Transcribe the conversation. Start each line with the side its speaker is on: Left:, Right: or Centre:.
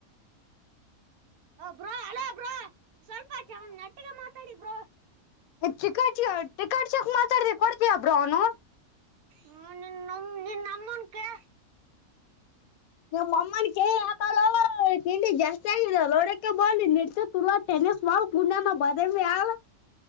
Right: ಬ್ರೋ ಅಲೋ ಬ್ರೋ <unintelligible> ಸ್ವಲ್ಪ ನತ್ರ ಎಡಿ ಬ್ರಾ.
Left: ಚಿಕಟ್ ಚಟಿಕಟ್ ಚೆಕ್ ಮಾತಾಡಬೇಕ ಕೊಡ್ತಯಬ್ರ ಅವನು.
Right: ಹ್ಮ ನಿ ನ ನಿನ್ ನಮ್ಮನ್ ಕ.
Left: ನಿಮ್ಮ್ ಅಮ್ಮನ್ ಕೇಳಿ ಹಾಕಲ್ಲ ತಿಂಡಿ ಜಾಸ್ತಿ ಆಗಿದೆೋಡಕ ಬಿ ನಿಡ್ಸ ಟೆನಿಸ್ ಮಾಲ್ ಪುಣ್ಯನ ಬದ ಆ.